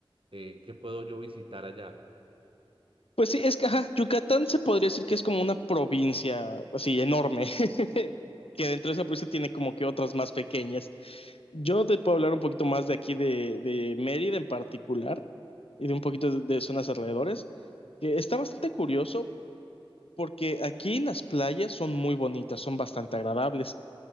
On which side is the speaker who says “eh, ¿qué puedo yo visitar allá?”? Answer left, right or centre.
Right